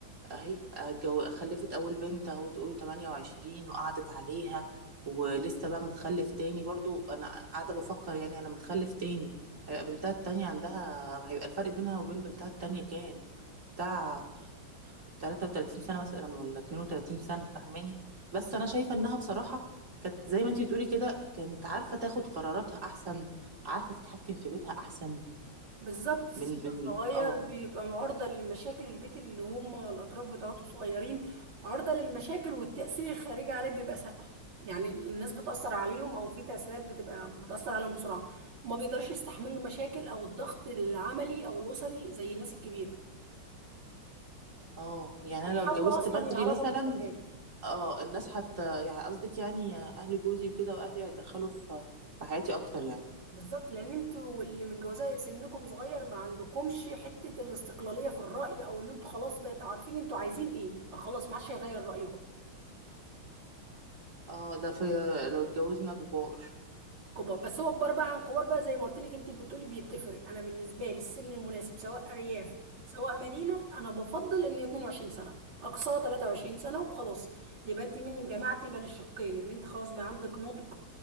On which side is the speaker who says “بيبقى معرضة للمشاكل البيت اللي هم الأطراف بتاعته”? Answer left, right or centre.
Right